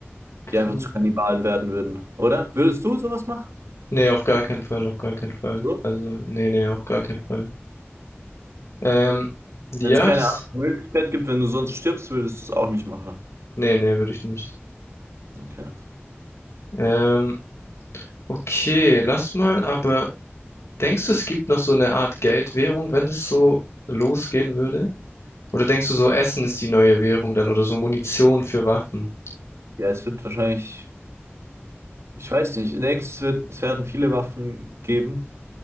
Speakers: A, on the right; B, on the left.
A: die
B: Puh.
A: einfach zu Kannibalen werden würden, oder? Würdest du sowas machen?
B: Nee, auf gar keinen Fall, auf gar keinen Fall.
A: So?
B: Also, nee, nee, auf gar keinen Fall. Ähm, ja,
A: Wenn es keine
B: das,
A: andere Möglichkeit gibt, wenn du sonst stirbst, würdest du es auch nicht machen.
B: nee, nee, würde ich nicht.
A: Okay.
B: Ähm, okay, lass mal, aber denkst du, es gibt noch so eine Art Geldwährung, wenn das so losgehen würde? Oder denkst du so, Essen ist die neue Währung dann oder so Munition für Waffen?
A: Ja, es wird wahrscheinlich, ich weiß nicht, ich denke, es wird, es werden viele Waffen geben.